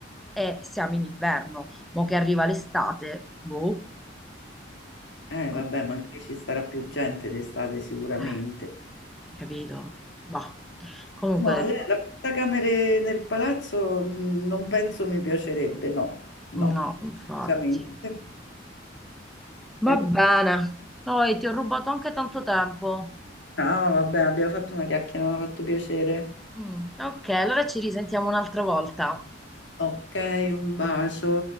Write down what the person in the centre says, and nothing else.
E siamo in inverno, mo che arriva l'estate, boh,
mm,
eh, capito? Boh. Comunque,
no, infatti.
Va bene. Poi ti ho rubato anche tanto tempo.
Mm, ok, allora ci risentiamo un'altra volta.